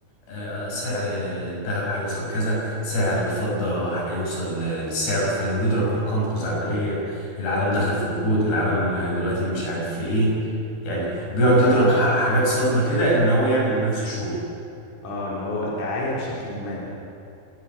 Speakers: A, on the left; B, on the left.
A: آه، سعر الذهب هيوصل كذا سعر الفضة هيوصل للسعر الفلاني ويضرب أرقام خزعبلية العالم دخل في ركود العالم دلوقتي مش عارف في إيه يعني بيقعد
B: انا
A: يضرب ح- حاجات صدمة كده إن هو يعمل لنفسه شو
B: اه اللي هو دعاية بشكل ما